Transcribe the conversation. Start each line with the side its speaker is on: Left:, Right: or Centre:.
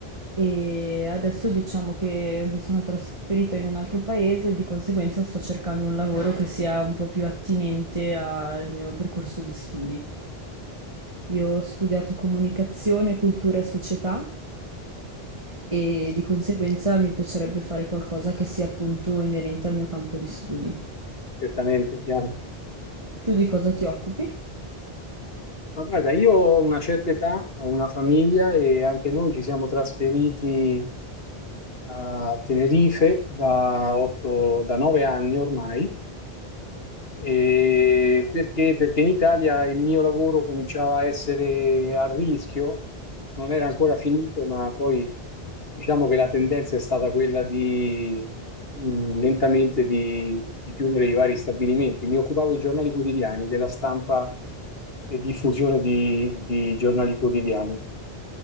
Right: e adesso diciamo che mi sono trasferita in un altro paese e di conseguenza sto cercando un lavoro che sia un po' più attinente al mio percorso di studi. Io ho studiato comunicazione, cultura e società e
Left: Mm,
Right: di conseguenza mi piacerebbe fare qualcosa che sia appunto inerente al mio campo di studi.
Left: Certamente, chiaro.
Right: Tu di cosa ti occupi?
Left: Ma guarda, io ho una certa età, ho una famiglia e anche noi ci siamo trasferiti a Tenerife da 8, da 9 anni ormai E perché? Perché in Italia il mio lavoro cominciava a essere a rischio, non era ancora finito, ma poi diciamo che la tendenza è stata quella di mh, lentamente di, di chiudere i vari stabilimenti. Mi occupavo di giornali quotidiani, della stampa e diffusione di, di giornali quotidiani.